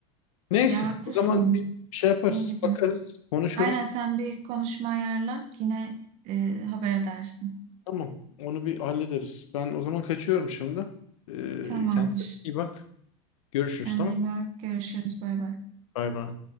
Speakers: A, on the left (about 80°); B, on the right (about 40°).
A: Neyse
B: Ya haklısın.
A: o zaman bir şey yaparız,
B: Dediğin gibi.
A: bakarız, konuşuruz.
B: Aynen sen bir konuşma ayarla. Yine e, haber edersin.
A: Tamam onu bir hallederiz. Ben o zaman kaçıyorum şimdi. Ee,
B: Tamamdır.
A: kendine iyi bak. Görüşürüz
B: Sen
A: tamam.
B: de iyi bak. Görüşürüz. Bay bay.
A: Bay bay.